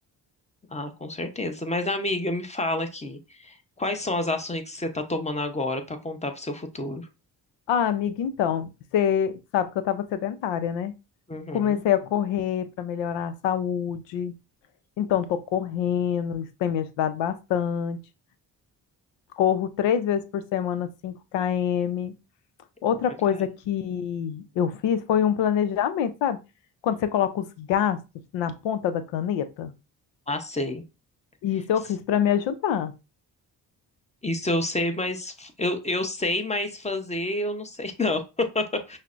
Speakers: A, on the left (about 15°); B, on the left (about 90°).
A: ah, com certeza. Mas, amiga, me fala aqui, quais são as ações que você tá tomando agora para contar pro seu futuro?
B: Ah, amiga, então, você sabe que eu estava sedentária, né?
A: Uhum.
B: Comecei a correr para melhorar a saúde. Então, estou correndo, isso tem me ajudado bastante. Corro três vezes por semana, cinco km. Outra
A: Olha,
B: coisa que eu fiz foi um planejamento, sabe? Quando você coloca os gastos na ponta da caneta.
A: ah, sei.
B: Isso eu
A: S-
B: fiz para me ajudar.
A: Isso eu sei, mas f- eu, eu sei, mas fazer eu não sei, não. <laughs>